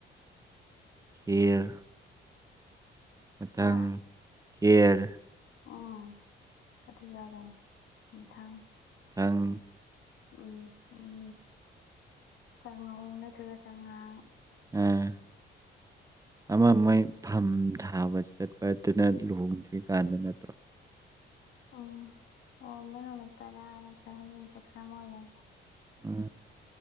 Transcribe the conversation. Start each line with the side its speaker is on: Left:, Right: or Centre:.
Right: ꯈꯤꯔ ꯃꯊꯪ
Left: ꯍꯥ
Right: ꯈꯤꯔ
Left: ꯎꯝ ꯑꯗꯨ ꯆꯥꯗꯣꯏꯅꯤ ꯃꯊꯪ
Right: ꯊꯪ
Left: ꯎꯝ ꯎꯝ ꯆꯥꯉꯧ ꯅꯠꯇ꯭ꯔꯒ ꯆꯉꯥꯡ
Right: ꯎꯝ ꯑꯃ ꯃꯣꯏ ꯐꯝ ꯊꯥꯕ ꯆꯠꯄꯗꯨꯅ ꯂꯨꯍꯣꯡꯗ꯭ꯔꯤꯀꯥꯟꯗ ꯅꯠꯇ꯭ꯔꯣ
Left: ꯎꯝ ꯑꯣꯃꯦ ꯎ ꯇꯔ <unintelligible> <unintelligible> ꯅꯠꯇ꯭ꯔ ꯍꯥꯏ ꯏꯄ ꯇꯔꯃ ꯑꯣꯏꯗꯅꯅꯤ <unintelligible> <unintelligible>
Right: ꯎꯝ